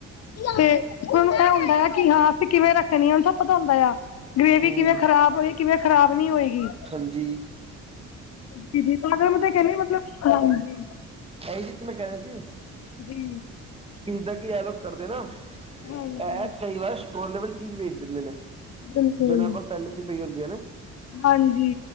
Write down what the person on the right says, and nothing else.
ਹੂੰ
ਹਾਂਜੀ!
ਐਈ ਚਿਜ ਤੇ ਮੈ ਕੈ ਰੈ ਆ ਸੀ।
ਕਿ ਜਿੱਦਾਂ ਕਿ ਏ ਲੋਕ ਕਰਦੇ ਨਾ,
ਇਹ ਕਈ ਵਾ ਥੋਲਵਰ ਚੀਜ਼ ਵੇਚ ਦਿੰਦੇ ਨੇ,
ਜੇਨਾ ਕੋਲ ਪੈਲੇ ਦੀ ਪਈ ਹੰਦੀ ਹੈ। ਨਾ